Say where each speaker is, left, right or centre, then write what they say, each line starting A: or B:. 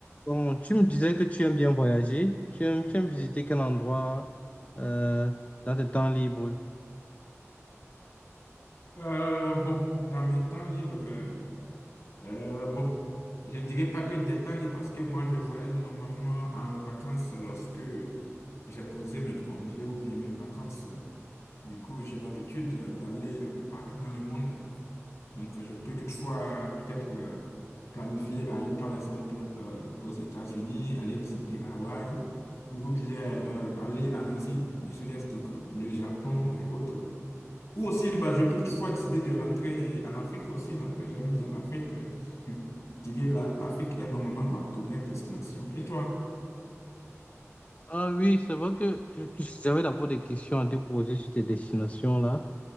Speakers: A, on the left (about 30°); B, on the left (about 65°).
A: Bon, tu me disais que tu aimes bien voyager. Tu aimes, tu aimes visiter quel endroit euh, dans tes temps libres?
B: Euh, bon, dans mes temps libres, euh, euh, bon, je dirais pas que des temps libres parce que moi, je voyage normalement en vacances lorsque j'ai posé mes congés ou bien mes vacances. Du coup, j'ai l'habitude d'aller un peu partout dans le monde. Donc, je peux toutefois peut-être euh, planifier aller par exemple euh, aux États-Unis, aller visiter Hawaï ou bien euh, aller en Asie du Sud-Est, donc bon, le Japon et autres. Ou aussi, bah, je peux toutefois décider de rentrer en Afrique aussi, donc j'aime bien l'Afrique. Je dirais la- l'Afrique est normalement ma première destination. Et toi?
A: Ah oui, c'est vrai que euh, j'avais d'abord des questions à te poser sur tes destinations là.